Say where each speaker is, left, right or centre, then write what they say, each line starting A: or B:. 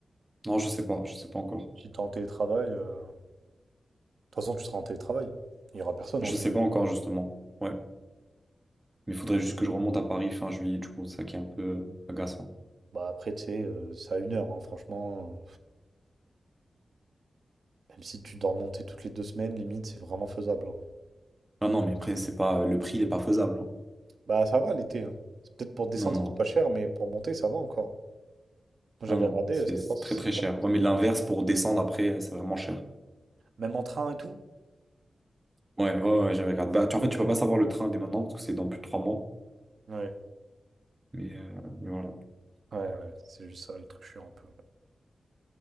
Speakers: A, on the right; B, on the right.
A: Non, je sais pas, je sais pas encore.
B: Si t'es en télétravail, euh, de toute façon tu seras en télétravail. Il n'y aura personne
A: Je
B: en juillet.
A: sais pas encore, justement. Ouais. Mais il faudrait juste que je remonte à Paris fin juillet, du coup, ça qui est un peu euh, agaçant.
B: Bah après, tu sais, euh, c'est à une heure, hein, franchement. Même si tu dois remonter toutes les deux semaines, limite, c'est vraiment faisable. hein.
A: Non, non, mais après, c'est pas, le prix, il est pas faisable. hein.
B: Bah ça va l'été. hein. C'est peut-être pour descendre,
A: Non,
B: c'est
A: non,
B: pas cher, mais pour monter, ça va encore. Moi
A: non,
B: j'avais
A: non,
B: regardé,
A: c'est
B: euh, c'était
A: c'est
B: pas si
A: très très
B: cher
A: cher.
B: que ça.
A: Ouais, mais l'inverse pour descendre après, euh, c'est vraiment cher.
B: Même en train et tout?
A: Ouais, ouais, ouais, j'avais regardé. Bah, tu, en fait, tu peux pas savoir le train dès maintenant parce que c'est dans plus de trois mois.
B: Ouais,
A: Mais, euh, mais voilà.
B: ouais, ouais. C'est juste ça, le truc chiant un peu.